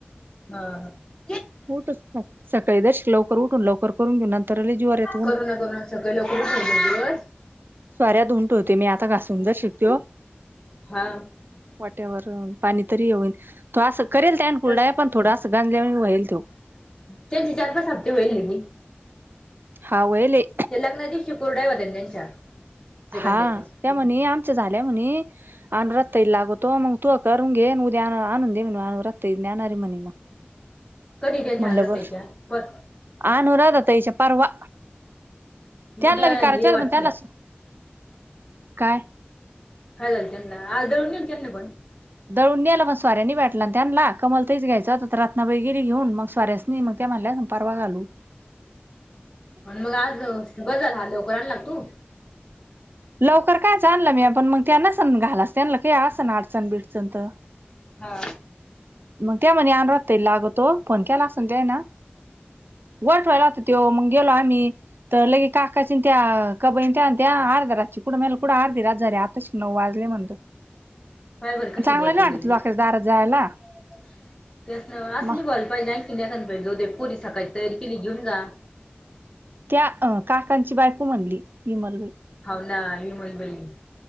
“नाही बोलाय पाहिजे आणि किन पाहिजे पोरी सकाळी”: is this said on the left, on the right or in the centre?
Left